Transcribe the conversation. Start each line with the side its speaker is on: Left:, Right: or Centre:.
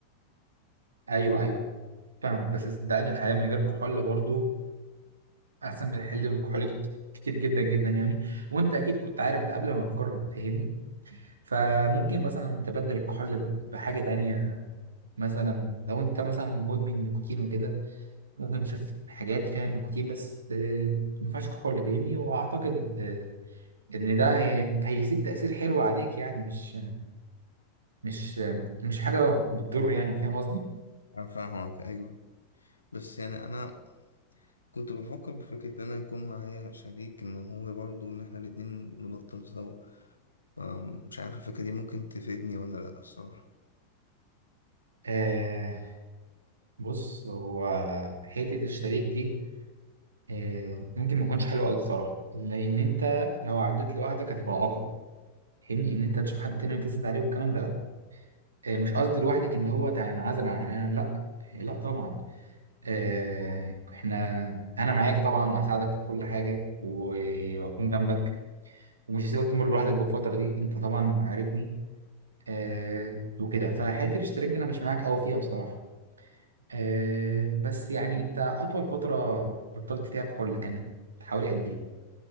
Right: أيوه أيوه فاهمك بس صدقني الحياة من غير كحول برضو أحسن من الحل بكحول كت- كتير جدا جدا يعني وأنت أكيد كنت عارف ده قبل ما نجرب فاهمني؟ فممكن مثلا تبدل الكحول بحاجة تانية مثلا لو أنت مثلا مدمن نيكوتين وكده ممكن تشوف حاجات فيها نيكوتين بس آه، ما ينفعش كحول فاهمني؟ وأعتقد ان ده هي... هيسيب تأثير حلو عليك يعني مش مش مش حاجة بتضر يعني فاهم قصدي؟
Left: انا فاهمك ايوه بس يعني انا كنت بفكر بفكرة إن أنا يكون معايا شريك إن هو برضه إن إحنا الاتنين نبطل سوا فمش عارف الفكرة دي ممكن تفيدني ولا لأ الصراحة
Right: آه بص هو حتة الشريك دي آه ممكن ما يكونش حلو قوي بصراحة لأن أنت لو عديت لوحدك هتبقى أقوى فاهمني إن أنت تشوف حد تاني تسند عليه والكلام ده لأ آه مش قصدي لوحدك إن هو تنعزل عن العالم لأ آه، لأ طبعا آه إحنا أنا معاك طبعا وهساعدك في كل حاجة و- وأكون جنبك ومش هسيبك تمر لوحدك بالفترة دي أنت طبعا عارفني آه وكده فحته الاشتراك دي انا مش معاك قوي فيها بصراحه آه بس يعني انت اطول فتره بطلت فيها كحول كانت حوالي قد ايه